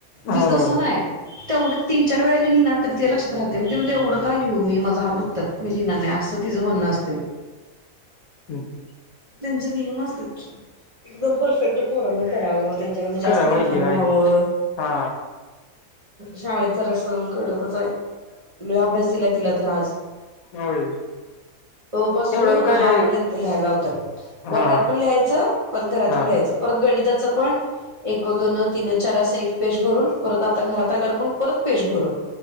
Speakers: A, on the left; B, on the right.
A: हो.
B: तिचं तसं नाय तेवढं. तुझ्या लक्षात राहते मी ते म्ह एवढं का लिहू मी माझ हात दुखतात मी लिहिंणार असं तिझं म्हणं असत य
A: हम्म ह.
B: <unintelligible> एकदम परफेक्ट पोराणं करावं त्यांच्याकडन जास्त
A: करा व्हाय
B: लिखाण
A: की व्हाय
B: व्हावं.
A: की हा
B: शाळेत तर अस कडकच आहे लाय अभ्यास दिलाय तिला तर आज?
A: होय.
B: अ पासून
A: तेवढं बी
B: हहापर्यंत
A: काय
B: लिहायला लावतात. वर्गात
A: हा
B: पण लहायचं परत घरातून
A: हा
B: लिहायचं परत गणितात. एक दोन तीन चार अस एक पेज भरून परत आता घरात आल्यावर पण परत. पेज भरून.